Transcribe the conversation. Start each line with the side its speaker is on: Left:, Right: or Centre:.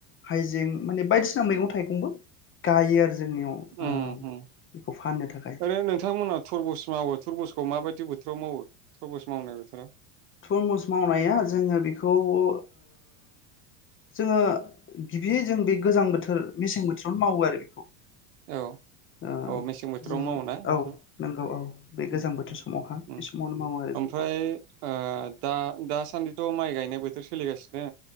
Left: हाइजें माने बायदिसिना मैगं थाइगंबो गायो आरो जोंनियाव ओ
Right: ओम होम
Left: बेखौ फाननो थाखाय
Right: ओरै नोंथांमोना थरबस मावो थरबस माबायदि बोथोराव मावो थरमुस मावनाय बोथोराव?
Left: थरमुस मावनाया जोङो बेखौ ओ जोङो गिबियै जों बे गोजां बोथोर मेसें बोथोरावनो मावो आरो बेखौ
Right: औ
Left: ओ
Right: औ मेसें बोथोराव
Left: जोङो
Right: मावोना नोंथां
Left: औ नंगौ औ बे
Right: उम
Left: गोजां बोथोर समावहा
Right: उम
Left: बे समावनो मावो आरो
Right: ओमफ्राय
Left: जों बेखौ।
Right: ओ दा दास सान्दिथ माइ गायनाय बोथोर सोलिगासि नो